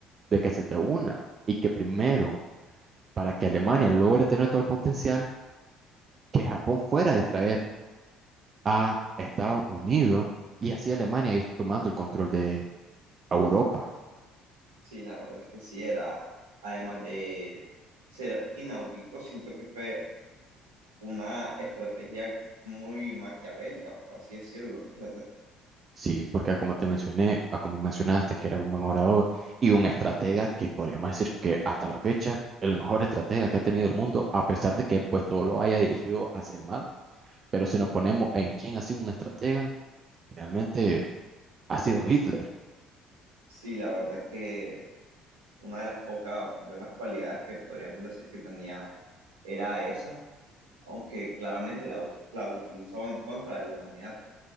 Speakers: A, on the right; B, on the right.
A: de que se te una y que primero para que Alemania logre tener todo el potencial, que Japón fuera a distraer a Estados Unidos y así Alemania ir tomando el control de Europa.
B: Sí, la verdad es que sí era, además de ser inaudito, siento que fue una estrategia muy maquiavélica, por así decirlo, fíjate.
A: Sí, porque como te mencioné, a como mencionaste, que era un buen orador y un estratega que podríamos decir que hasta la fecha, el mejor estratega que ha tenido el mundo, a pesar de que pues todo lo haya dirigido hacia el mal. Pero si nos ponemos en quién ha sido un estratega, realmente ha sido Hitler.
B: Sí, la verdad es que una de las pocas buenas cualidades que podríamos decir que tenía era esa, aunque claramente la, u- la utilizó en contra de la humanidad.